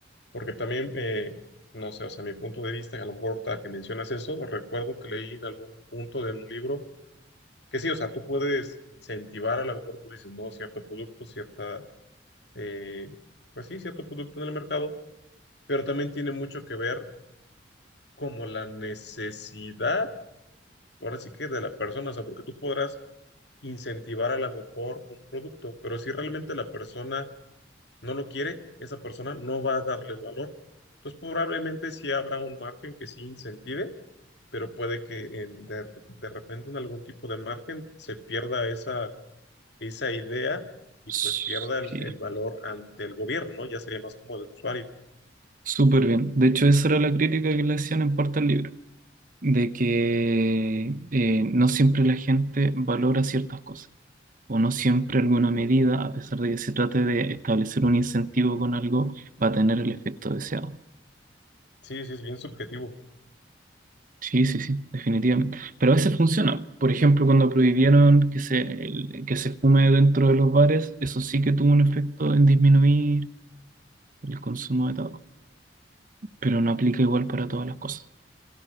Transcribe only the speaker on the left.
porque también, eh, no sé, o sea, mi punto de vista, a lo mejor ahorita que mencionas eso, recuerdo que leí en algún punto de un libro que sí, o sea, tú puedes incentivar, a lo mejor tú dices, no, cierto producto, cierta, eh, pues sí, cierto producto en el mercado, pero también tiene mucho que ver como la necesidad, ahora sí que de la persona, o sea, porque tú podrás incentivar a lo mejor un producto, pero si realmente la persona no lo quiere, esa persona no va a darle el valor. Entonces, probablemente sí habrá un margen que sí incentive, pero puede que en- de, de repente en algún tipo de margen se pierda esa, esa idea y
pues pierda el, el valor ante el gobierno, ¿no? Ya sería más como del usuario.
Sí, sí, es bien subjetivo.